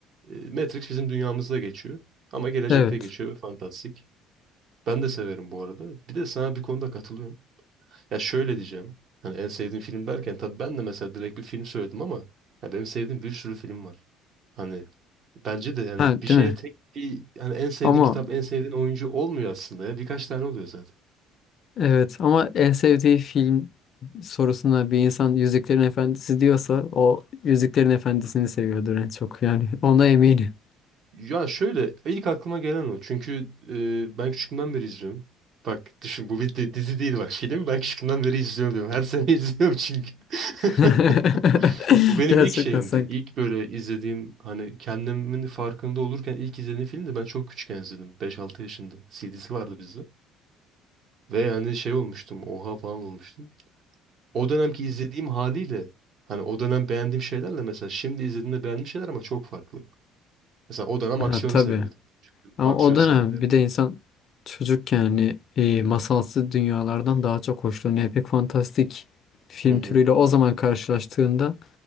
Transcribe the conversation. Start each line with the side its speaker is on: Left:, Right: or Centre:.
Right: E, Matrix bizim dünyamızda geçiyor ama gelecekte
Left: Evet.
Right: geçiyor ve fantastik. Ben de severim bu arada. Bir de sana bir konuda katılıyorum. Ya şöyle diyeceğim. Hani en sevdiğim film derken tabii ben de mesela direkt bir film söyledim ama ya benim sevdiğim bir sürü film var. Hani bence de yani
Left: Ha,
Right: bir
Left: değil
Right: şeye
Left: mi?
Right: tek bir hani en sevdiğin
Left: Ama
Right: kitap, en sevdiğin oyuncu olmuyor aslında ya. Birkaç tane oluyor zaten.
Left: evet ama en sevdiği film sorusuna bir insan Yüzüklerin Efendisi diyorsa o Yüzüklerin Efendisi'ni seviyordur en çok yani ona eminim.
Right: Ya şöyle ilk aklıma gelen o. Çünkü e, ben küçüklüğümden beri izliyorum. Bak düşün bu bir di- dizi değil bak film. Ben küçüklüğümden beri izliyorum diyorum. Her sene <laughs> izliyorum çünkü.
Left: <laughs>
Right: <laughs> Bu benim
Left: Gerçekten
Right: ilk şeyimdi.
Left: sanki.
Right: İlk böyle izlediğim hani kendimin farkında olurken ilk izlediğim film ben çok küçükken izledim. beş altı yaşında. CD'si vardı bizde. Ve yani şey olmuştum. Oha falan olmuştum. O dönemki izlediğim haliyle hani o dönem beğendiğim şeylerle mesela şimdi izlediğimde beğendiğim şeyler ama çok farklı. Mesela o dönem
Left: Ha,
Right: aksiyonu
Left: tabii.
Right: seviyordum. Küçüktüm.
Left: Ama
Right: Aksiyon
Left: o dönem
Right: sahneleri.
Left: bir de insan çocukken yani e, masalsı dünyalardan daha çok hoşlanıyor. Pek fantastik film
Right: Hı hı.
Left: türüyle o zaman karşılaştığında